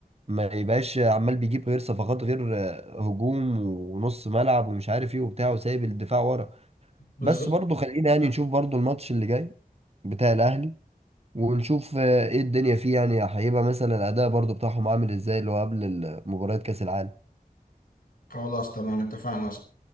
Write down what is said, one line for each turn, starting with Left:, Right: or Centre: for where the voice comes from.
Right: ما يبقاش عمال بيجيب غير صفقات غير آه، هجوم ونص ملعب ومش عارف ايه وبتاع وسايب الدفاع ورا
Left: بالظبط
Right: بس برضو خلينا يعني نشوف برضو الماتش اللي جاي بتاع الاهلي ونشوف آه، ايه الدنيا فيه يعني هيبقى مثلا الاداء برضو بتاعهم عامل ازاي اللي هو قبل مباراة كاس العالم
Left: خلاص تمام اتفقنا